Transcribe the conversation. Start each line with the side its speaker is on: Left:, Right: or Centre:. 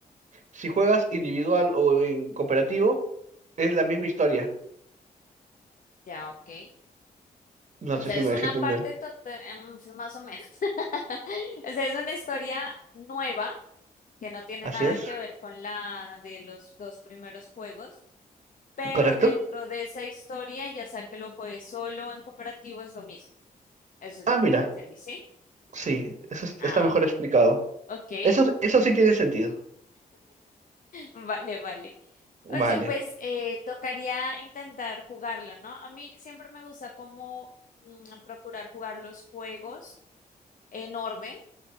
Right: si juegas individual o en cooperativo, es la misma historia.
Left: ya, ok.
Right: No
Left: O sea,
Right: sé si
Left: es
Right: me
Left: una
Right: dejé entender.
Left: parte tota- em, pues, más o menos. <laughs> O sea, es una historia nueva que no tiene
Right: Así
Left: nada
Right: es,
Left: que ver con la de los dos primeros juegos, pero
Right: ¿correcto?
Left: dentro de esa historia, ya sea que lo juegues solo o en cooperativo, es lo mismo. Eso es
Right: Ah,
Left: lo que
Right: mira,
Left: te entendí, ¿sí?
Right: sí, eso es-
Left: Ah,
Right: está mejor explicado.
Left: ok.
Right: Eso, eso sí tiene sentido.
Left: Vale, vale.
Right: Vale.
Left: Oye, pues eh, tocaría intentar jugarlo, ¿no? A mí siempre me gusta como mm, procurar jugar los juegos en orden.